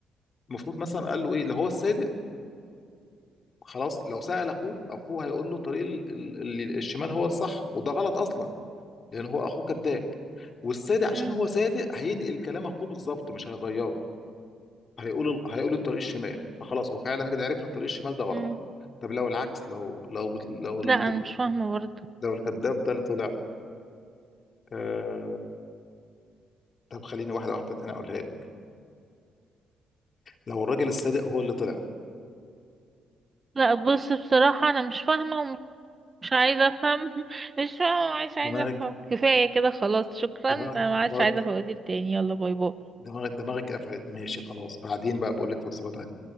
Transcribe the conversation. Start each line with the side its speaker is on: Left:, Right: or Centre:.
Left: المفروض مثلا قال له ايه لو هو الصادق خلاص لو سأل اخوه اخوه هيقول له طريق ال- ال- ال- الشمال هو الصح وده غلط اصلا لان هو اخوه كذاب والصادق عشان
Right: مم.
Left: هو صادق هينقل كلام اخوه بالظبط مش هيغيره هيقول ال- هيقول الطريق الشمال فخلاص هو فعلا كده عرفنا الطريق الشمال ده غلط
Right: مم.
Left: طب لو العكس لو لو لو ال-
Right: لا انا مش فاهمه برضه
Left: لو الكذاب ده اللي طلع آه طب خليني واحده واحده تاني اقولها لك لو الراجل الصادق هو اللي طلع
Right: لا بص بصراحه انا مش فاهمه ومش عايزه افهم <laughs> مش فاهمه ومش عايزه
Left: دماغك
Right: افهم كفايه كده خلاص شكرا
Left: دماغك
Right: انا ما
Left: دماغك
Right: عادش عايزه فوازير تاني يلا باي باي
Left: دماغك دماغك قفلت ماشي خلاص بعدين بقى بقول لك فزوره تانيه